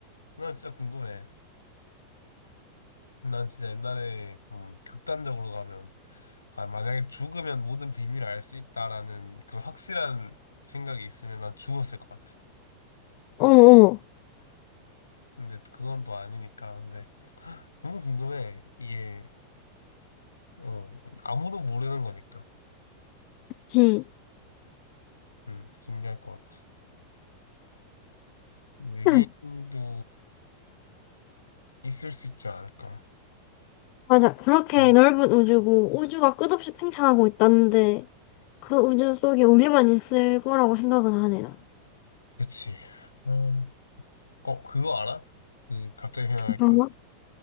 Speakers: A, on the left (about 75°); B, on the left (about 45°).
A: 나 진짜 궁금해. 난 진짜 옛날에 좀 극단적으로 가면, 아, 만약에 죽으면 모든 비밀을 알 수 있다라는 그런 확실한 생각이 있으면 난 죽었을 것 같아.
B: 어, 어.
A: 근데 그건 또 아니니까. 근데 너무 궁금해. 이게, 어, 아무도 모르는 거니까.
B: 그치?
A: 음, 신기할 것 같아.
B: <laughs>
A: 외계인도
B: 응.
A: 있을 수 있지 않을까.
B: 맞아. 그렇게
A: 음.
B: 넓은 우주고 우주가 끝없이 팽창하고 있다는데 그 우주 속에 우리만 있을 거라고 생각은 안 해, 난.
A: 그치. 어, 어, 그거 알아? 그, 갑자기 생각하니까.
B: 정말?